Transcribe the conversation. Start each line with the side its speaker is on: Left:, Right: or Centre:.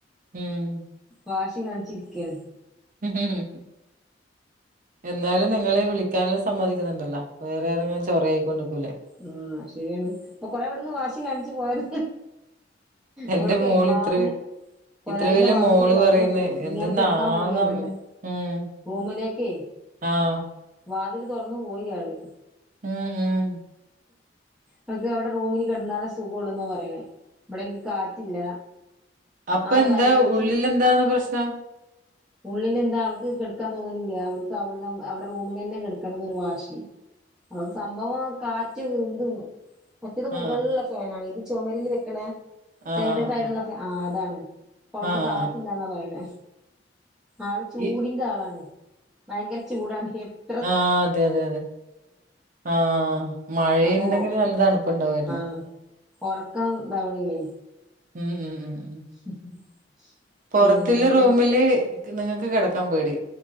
Right: ഉം
Centre: വാശി കാണിച്ചിരിക്കേണ്.
Right: <inaudible> എന്നാലും നിങ്ങളീ വിളിക്കാനല്ലാം സമ്മതിക്കുന്നുണ്ടല്ലോ. വേറെ ആറെങ്കിലും ചോറ ആയി കൊണ്ട് നിക്കൂല്ലേ.
Centre: ഉം ശരിയാണ്. ഇപ്പൊ കൊറെവിടുന്ന് വാശി കാണിച്ചു പോയത്.
Right: എന്റെ
Centre: അവൾക്കേ
Right: മോള്
Centre: വാതില്,
Right: ഇത്ര
Centre: കൊലായിലെ
Right: ഇത്ര വലിയ
Centre: വാതില്
Right: മോള്
Centre: തുറന്നിട്ടു.
Right: പറയുന്ന്
Centre: ഇനി
Right: എന്തെന്നാന്നമ്മ
Centre: ആള് കെടക്കാൻ പോയി അങ്ങട്.
Right: ഉം
Centre: റൂമിലേക്കെ.
Right: ആഹ്
Centre: വാതിൽ തുറന്നു പോയി ആള്.
Right: ഉം ഉം.
Centre: അവക്ക് അവിടെ റൂമില് കിടന്നാല സുഖം ഉള്ളൂ, എന്നാ പറയണേ. ഇവിടെ എനി കാറ്റില്ല.
Right: അപ്പൊ
Centre: ആള്
Right: എന്താ
Centre: ഭയങ്കര
Right: ഉള്ളിൽ
Centre: ചൂ
Right: എന്താണ് പ്രശ്നം?
Centre: ഉള്ളിൽ എന്താ അവക്ക് കിടുക്കാൻ തോന്നുന്നില്ല. അവക്ക് അവിടെ റൂമിൽ നന്നെ കെടുക്കണം എന്നൊരു വാശി. അവക്ക് സംഭവം കാറ്റ് ഇണ്ട്. മറ്റത് മുകളിലുള്ള
Right: ആഹ്
Centre: റ്റാണ് ഇത് ചുമരിൽ വെക്കണ
Right: ആഹ്
Centre: സൈഡ്ക്കയിട്ട്ള്ള്
Right: ആഹ്
Centre: ഫാ ആഹ് അതാണ്. അപ്പ
Right: ആഹ്
Centre: അവക്ക്
Right: ആഹ്
Centre: കാറ്റ്
Right: ആഹ്
Centre: എന്താന്ന പറയണ. ആള് ചൂടിന്റെ
Right: ഈ
Centre: ആളാണ്. ഭയങ്കര ചൂടാണ്, എപ്പ്
Right: ആ അതെ അതെ അതെ. ആഹ് മഴയുണ്ടെങ്കിൽ
Centre: അപ്പൊ
Right: നല്ല തണുപ്പുണ്ടാവായിരുന്നു.
Centre: ആഹ് ഉറക്കം ഇതാവണില്ലേ.
Right: ഉം ഉം ഉം ഉം.
Centre: <inaudible>
Right: പുറത്തുല്ല
Centre: പിന്നെ
Right: റൂമില് നിങ്ങക്ക് കിടക്കാൻ പേടി.